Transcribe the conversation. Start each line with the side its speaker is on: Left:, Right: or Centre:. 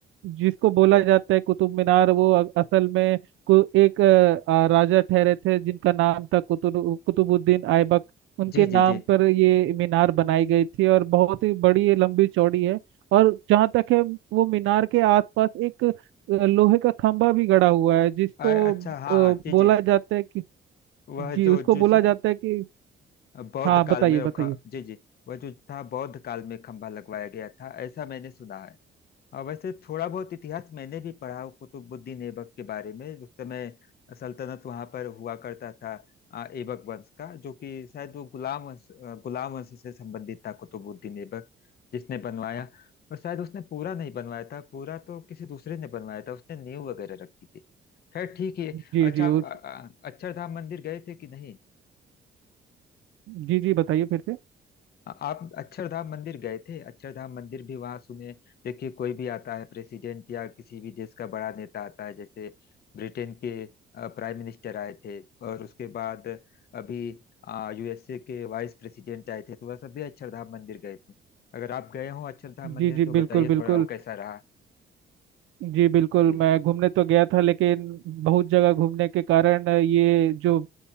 Right: जिसको बोला जाता है कुतुब मीनार वो अ- असल में को एक अ, आ, राजा ठहरे थे जिनका नाम था कुतुब कुतुबुद्दीन ऐबक उनके
Left: जी
Right: नाम
Left: जी जी
Right: पर ये मीनार बनाई गई थी और बहुत ही बड़ी ये लंबी चौड़ी है और जहाँ तक है वो मीनार के आसपास एक लोहे का खंभा भी गड़ा हुआ है जिसको
Left: अ- अच्छा
Right: अ,
Left: हाँ हाँ जी
Right: बोला
Left: जी
Right: जाता है कि
Left: वह
Right: जी
Left: जो
Right: उसको
Left: जिस
Right: बोला जाता है कि
Left: बौद्ध
Right: हाँ
Left: काल
Right: बताइए
Left: में
Right: बताइए
Left: वो ख- जी जी वह जो था बौद्ध काल में खंभा लगवाया गया था ऐसा मैंने सुना है और वैसे थोड़ा बहुत इतिहास मैंने भी पढ़ा हूँ कुतुबुद्दीन ऐबक के बारे में उस समय सल्तनत वहां पर हुआ करता था अ, ऐबक वंश का जो कि शायद वो गुलाम वंश अ, गुलाम वंश से संबंधित था कुतुबुद्दीन ऐबक जिसने बनवाया और शायद उसने पूरा नहीं बनवाया था पूरा तो किसी दूसरे ने बनवाया था उसने नींव वगैरह रखी थी खैर ठीक है
Right: जी
Left: अच्छा
Right: जी
Left: आप
Right: उस
Left: अ, अ, अक्षरधाम मंदिर गए थे कि नहीं
Right: जी जी बताइए फिर से
Left: आ- आप अक्षरधाम मंदिर गए थे अक्षरधाम मंदिर भी वहां सुने देखिए कोई भी आता है प्रेसिडेंट या किसी भी देश का बड़ा नेता आता है जैसे ब्रिटेन के अ, प्राइम मिनिस्टर आए थे और उसके बाद अभी आ, यूएसए के वाइस प्रेसिडेंट आए थे तो वह सब भी अक्षरधाम मंदिर गए थे अगर आप गए हो अक्षरधाम मंदिर
Right: जी जी
Left: तो बताइए
Right: बिल्कुल बिल्कुल
Left: थोड़ा वो कैसा रहा
Right: जी बिल्कुल
Left: जी
Right: मैं घूमने तो गया था लेकिन बहुत जगह घूमने के कारण ये जो